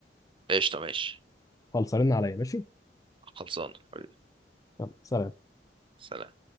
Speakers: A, on the right (about 30°); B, on the left (about 20°).
A: قشطه ماشي
B: خلص رن عليا ماشي
A: خلصانه حبيبي
B: يلا سلام
A: سلام